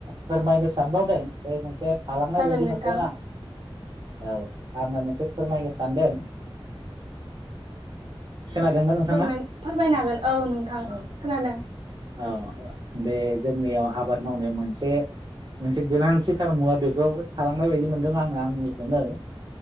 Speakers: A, on the right; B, on the right.
A: फोरमायनो सानबावदों बे मोनसे खालामांनाय
B: जागोन
A: बायदि
B: नोंथां
A: मोनदों। औ आङो मोनसे फोरमायनो सानदों। खोनादोंना नोंथाङा
B: फोर फोरमायनो हागोन औ। औ नोंथां
A: औ
B: खोनादों।
A: औ बे जोंनियाव आबाद मावनायाव मोनसे मोनसे गोनांथिथार मुवा बेखौ थालांनाय बायदि मोनदों आङो आंनिखौनो।